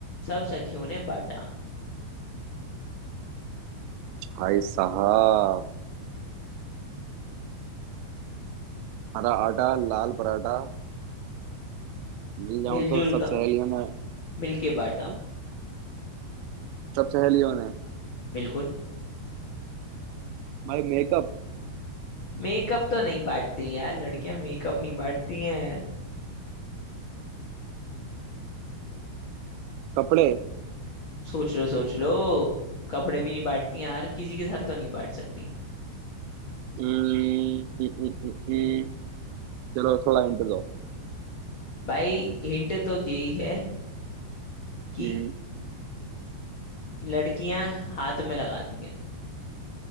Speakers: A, on the left; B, on the right.
A: सब सखियों ने बांटा
B: भाई साहब हरा आटा लाल पराठा मिल जाऊं
A: मिलजुल
B: तो सब
A: का
B: सहेलियों ने
A: मिलके बांटा
B: हम्म? सब सहेलियों ने
A: बिल्कुल
B: भाई मेकअप
A: मेकअप तो नहीं बांटती यार लड़कियां मेकअप नहीं बांटती हैं
B: कपड़े
A: सोच लो सोच लो कपड़े भी नहीं बांटती हैं हर किसी के साथ तो नहीं बांट सकती
B: हम्म, हम्म, हम्म, हम्म, हम्म। चलो थोड़ा हिंट दो
A: भाई हिंट तो यही है कि
B: हम्म,
A: लड़कियां हाथ में लगाती हैं